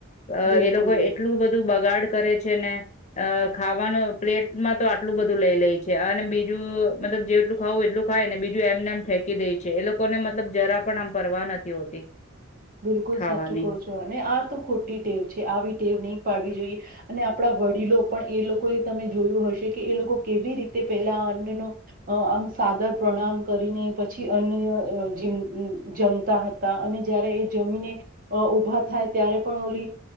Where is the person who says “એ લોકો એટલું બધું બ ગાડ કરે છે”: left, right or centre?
Left